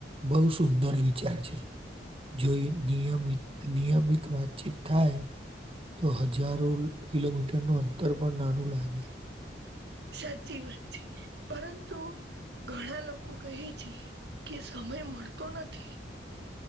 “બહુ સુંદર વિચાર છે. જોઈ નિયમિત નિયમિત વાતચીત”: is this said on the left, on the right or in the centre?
Right